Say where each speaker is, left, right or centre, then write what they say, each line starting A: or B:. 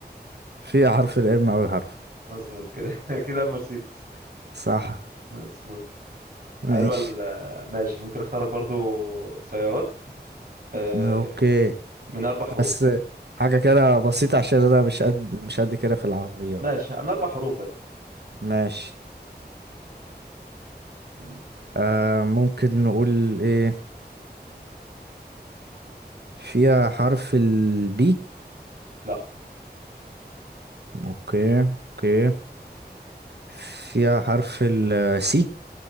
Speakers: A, on the right; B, on the right.
A: في حرف الام أول حرف
B: مظبوط كده <laughs> كده مرسيدس
A: صح
B: مظبوط حلوة
A: ماشي
B: ال- ماشي ممكن اختارك برضو سيارات آه
A: اوكي
B: من أربع حروف
A: بس حاجة كده بسيطة عشان انا مش قد مش قد كده في العربيات
B: ماشي من أربع حروف بس
A: ماشي
B: مم،
A: آه ممكن نقول ايه فيها حرف البي
B: لا
A: اوكي اوكي فيها حرف السي